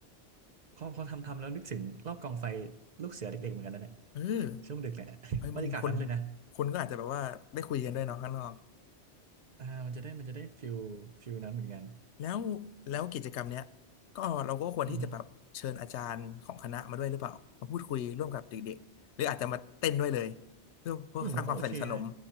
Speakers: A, on the right (about 45°); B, on the left (about 80°).
A: พอพอทำทำแล้วนึกถึงรอบกองไฟลูกเสือเด็กๆเหมือนกันนะเนี่ย
B: เออ
A: ช่วงดึกแหละ <laughs>
B: เอ้ยมันคน
A: บรรยากาศนั้นเลยนะ
B: คนก็อาจจะแบบว่าได้คุยกันด้วยเนาะข้างนอก
A: อ่ามันจะได้มันจะได้ฟิลฟิลนั้นเหมือนกัน
B: แล้วแล้วกิจกรรมเนี้ยก็เราก็ควรที่จะแบบเชิญอาจารย์ของคณะมาด้วยหรือเปล่ามาพูดคุยร่วมกับเด็กๆหรืออาจจะมาเต้นด้วยเลย
A: อือฮึ
B: เพื่อเพื่อสร้างความสนิทสนม
A: ผมว่าก็โอเคนะ